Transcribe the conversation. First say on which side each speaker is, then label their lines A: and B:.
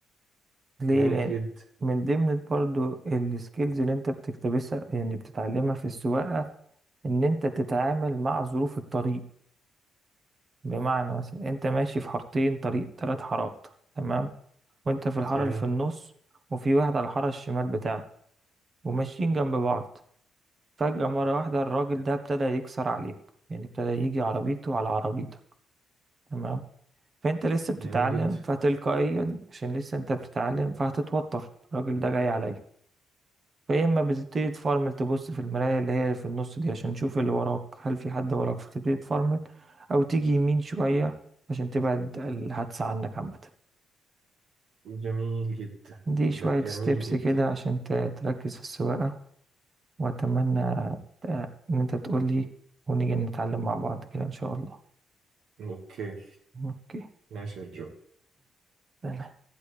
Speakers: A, on the right; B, on the right.
A: ليه
B: جميل
A: لان
B: جدا
A: من ضمن برضو السكيلز اللي انت بتكتبسها يعني بتتعلمها في السواقه ان انت تتعامل مع ظروف الطريق بمعنى مثلا انت ماشي في حارتين طريق ثلاث حارات تمام وانت في الحاره
B: جميل
A: اللي في النص وفي واحد على الحاره الشمال بتاعتك وماشيين جنب بعض فجاه مره واحده الراجل ده ابتدى يكسر عليك يعني ابتدى يجي عربيته على عربيتك تمام فانت لسه
B: جميل
A: بتتعلم
B: جدا
A: فتلقائيا عشان لسه انت بتتعلم فهتتوتر الراجل ده جاي عليا فيا اما بتبتدي تفرمل تبص في المراية اللي هي في النص دي عشان تشوف اللي وراك هل في حد وراك فتبتدي تفرمل او تيجي يمين شوية عشان تبعد الحادثة عنك عامة
B: جميل جدا
A: دي
B: لا
A: شوية
B: جميل
A: ستيبس
B: جدا
A: كده عشان ت- تركز في السواقة وأتمنى ت- إن أنت تقولي ونيجي نتعلم مع بعض كده إن شاء الله
B: اوكي
A: أوكي
B: ماشي يا جو
A: يلا.